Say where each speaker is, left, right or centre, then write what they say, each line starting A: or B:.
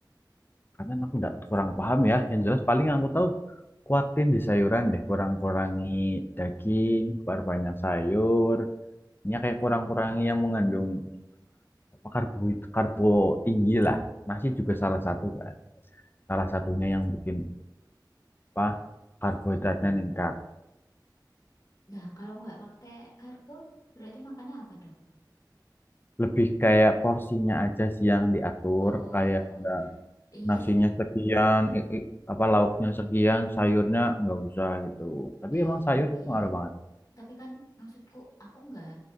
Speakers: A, on the left (about 30°); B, on the left (about 45°).
A: karena aku nggak kurang paham ya. Yang jelas paling yang aku tahu kuatin di sayuran deh, kurang-kurangi daging, perbanyak sayur. Ya kayak kurang-kurangi yang mengandung apa, karbo, karbo tinggi lah. Nasi juga salah satu kan. Salah satunya yang bikin apa karbohidratnya ningkat.
B: Nah, kalau nggak pakai karbo, berarti makannya apa dong?
A: Lebih kayak porsinya aja sih yang diatur,
B: Oh,
A: kayak nggak
B: iya
A: nasinya
B: tapi
A: sekian, i- i- apa lauknya sekian, sayurnya nggak usah gitu. Tapi
B: iya,
A: emang sayur itu ngaruh banget.
B: tapi kan maksudku aku nggak